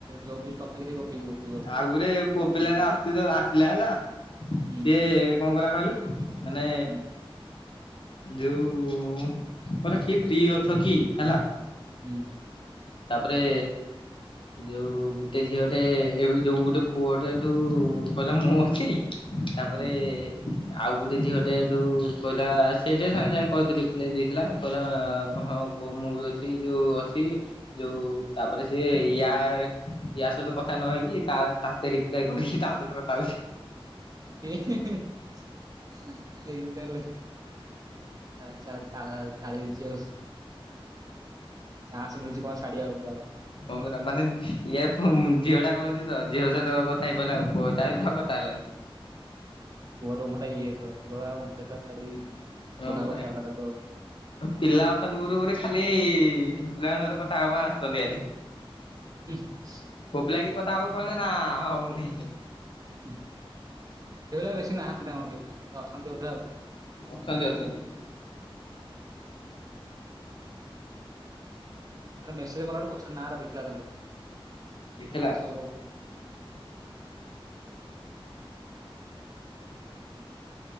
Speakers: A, on the right (about 40°); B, on the left (about 60°).
A: ଯୋଉ ବି ଟପିକରେ ଗପିବ ଗପିବ ପଡିବ।
B: ଆଉ ଗୁରେ ପୁଅ
A: ବେକାର
B: ପିଲା
A: ଟପିକ
B: ହେରା ଆସିଲା ଆସିଲା ହେଲା।
A: ହୁଁ
B: ସେ କଣ କଲା କହିଲୁ ମାନେ
A: ହୁଁ
B: ଯୋଉ କହିଲା କିଏ ଫ୍ରି ଅଛ କି ହେଲା।
A: ହୁଁ।
B: ତାପରେ ଯୋଉ ଗୁଟେ ଝିଅଟେ ଏ ଯୋଉ ଗୋଟେ ପୁଅଟେ ଏଠୁ କହିଲା ମୁଁ ଅଛି। ତାପରେ
A: ହୁଁ
B: ଆଉ ଗୁଟେ ଝିଅଟେ ଏଇଠୁ କହିଲା ସେଇଟେ ସାଙ୍ଗେ ସାଙ୍ଗେ କହିଥିଲି ରିପ୍ଲାଇ ଦେଇଥିଲା ଆଉ। କହିଲା ହଁ ମୁଁ ବି ଅଛି ଯୋଉ ଅଛି ଯୋଉ ତାପରେ ସେ ୟା ୟା ସହିତ କଥା ନହେଇକି ତା ତାତିରି ରିପ୍ଲାଇ କରିକି ତା ସହିତ କଥା ହଉଚି।
A: <unintelligible> ଆଛା ତା ତାଳି ହେଇ ଯାଉ। ଚାନ୍ସ ମିଳୁଚି କଣ ଛାଡି ଆଉ ତାପରେ
B: ହଁ ପରା, ମାନେ ଇଏ ଝିଅ ଟା କହୁଚି ତ ଝିଅ ସହିତ କଥା ହେଇ ପାରିଲ ଆ ପୁଅଟା ଆଉ କଥା ହେଲାନି।
A: <unintelligible>
B: ହଁ ପରା। ପିଲା ଅଛନ୍ତି ଗ୍ରୁପ୍ ରେ ଖାଲି ଝିଅ ପିଲା ଙ୍କ ସହିତ କଥା ହେବା ପାଇଁ ଆସୁଚନ୍ତି ଖାଲି।
A: <unintelligible>
B: ପୋପିଲା କି କଥା ହବୁ କହିଲେ ନା ହଉନି।
A: ସେ ପିଲା ବେଶୀ ନାହାନ୍ତି ନା କଣ ଝିଅ ପିଲା ଅଛନ୍ତି ବୋଧେ ଆଉ।
B: ଅଛନ୍ତି
A: ସେଇଭଳିଆ
B: ଅଛନ୍ତି।
A: ଆରେ ମେସେଜ କଲା ବେଳଠୁ କୋଉଛି ନାଁଟା ର ଦେଖିଲା ତାଙ୍କର
B: ଦେଖିଲା?
A: ନାଁ ର ସୋ କରୁନଥିଲା